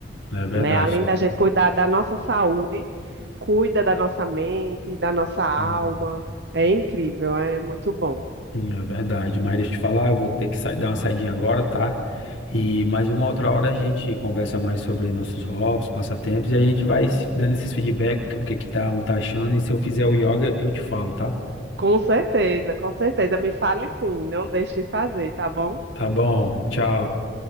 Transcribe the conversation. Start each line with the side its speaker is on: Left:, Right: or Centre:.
Left: é verdade.
Right: né? Além da gente cuidar da nossa saúde, cuida da nossa mente, da nossa alma.
Left: Sim,
Right: É incrível, é muito bom.
Left: sim, é verdade. Mas deixa eu te falar, eu vou ter que sa- dar uma saidinha agora, tá? E mais uma outra hora a gente conversa mais sobre nossos hobbies, passatempos, e a gente vai se- dando esses feedback, o que que tá, um tá achando, e se eu fizer o yoga, eu te falo, tá?
Right: Com certeza, com certeza. Me fale sim, não deixe de fazer, tá bom?
Left: Tá bom, tchau.